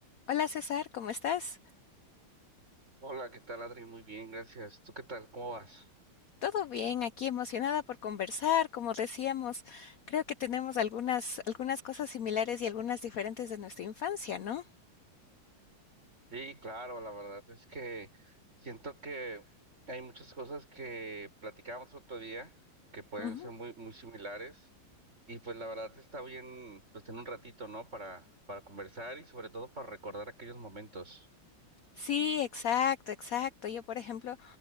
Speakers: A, on the left; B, on the right.
A: Hola César, ¿cómo estás?
B: Hola, ¿qué tal, Adri? Muy bien, gracias. ¿Tú qué tal? ¿Cómo vas?
A: Todo bien, aquí emocionada por conversar, como decíamos, creo que tenemos algunas, algunas cosas similares y algunas diferentes de nuestra infancia, ¿no?
B: Sí, claro, la verdad es que siento que hay muchas cosas que platicábamos otro día que pueden
A: Ujú.
B: ser muy, muy similares y pues la verdad está bien, pues tener un ratito, ¿no? Para, para conversar y sobre todo para recordar aquellos momentos.
A: Sí, exacto, exacto. Yo, por ejemplo,